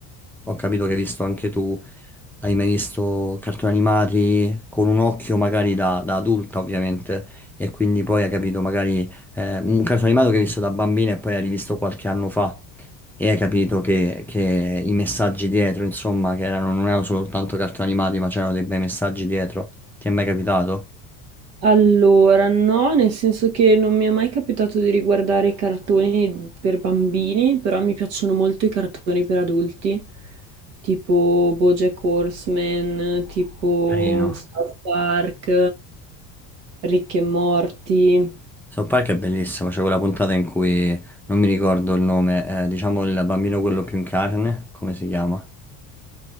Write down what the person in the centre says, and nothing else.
ho capito che hai visto anche tu, hai mai visto cartoni animati con un occhio magari da, da adulta ovviamente e quindi poi hai capito magari eh, un cartone animato che hai visto da bambina e poi hai rivisto qualche anno fa e hai capito che, che i messaggi dietro insomma che erano, non erano soltanto cartoni animati ma c'erano dei bei messaggi dietro. Ti è mai capitato?
Carino.
South Park è bellissimo, c'è quella puntata in cui non mi ricordo il nome, eh, diciamo il bambino quello più in carne, come si chiama?